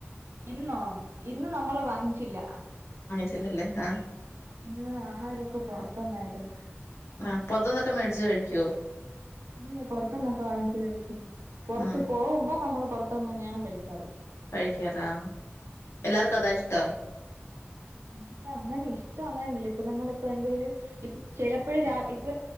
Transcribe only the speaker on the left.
<unintelligible> ല്ലില്ലേ ആഹ്
ആഹ് പൊറത്തന്നൊക്കെ മേടിച് കഴിക്കുവോ
ഉം
കഴിക്കാരാ എല്ലാർക്കും അതാ ഇഷ്ടം